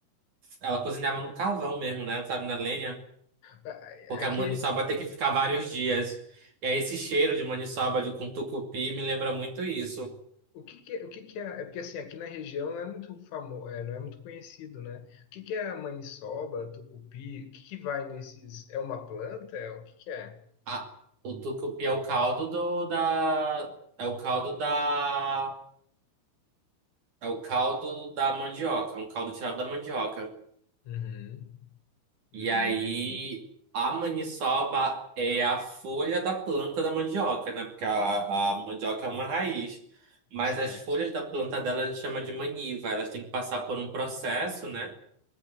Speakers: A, on the right; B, on the left.
A: ela cozinhava no carvão mesmo, né, sabe, na lenha.
B: Ah,
A: Porque
B: Aqui,
A: a maniçoba tem que ficar vários dias. E aí esse cheiro de maniçoba de, com tucupi me lembra muito isso.
B: o que que, o que que é? É porque assim, aqui na região não é muito famoso, não é muito conhecido, né? O que que é a maniçoba, tucupi? O que que vai nesses? É uma planta? É, o que que é?
A: Ah, o tucupi é o caldo do, da... É o caldo da... É o caldo da mandioca. É um caldo tirado da mandioca.
B: Uhum. Hum.
A: E aí a maniçoba é a folha da planta da mandioca, né? Porque a, a mandioca é uma raiz. Mas
B: Certo.
A: as folhas da planta dela a gente chama de maniva. Elas têm que passar por um processo, né?